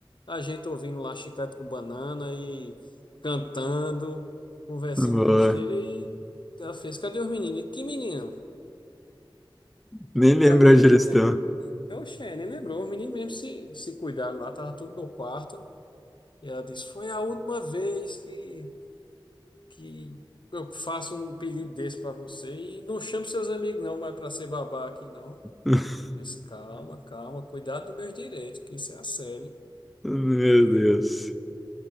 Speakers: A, on the left; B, in the centre.
A: a gente ouvindo lá chiclete com banana e cantando, conversando
B: Boa.
A: besteira, e ela fez, cadê os meninos? E, Que menino?
B: Nem
A: Aí
B: lembro
A: tava os
B: onde
A: meninos.
B: eles estão.
A: Oxê, nem lembrou. O menino mesmo se, se cuidaram lá, tava tudo no quarto. E ela disse: Foi a última vez que, que eu faço um pedido desse pra você. E não chame seus amigos, não, vai pra ser babá aqui, não.
B: <laughs>
A: Eu disse: Calma, calma, cuidado dos meus direitos, que isso é assédio.
B: Meu Deus.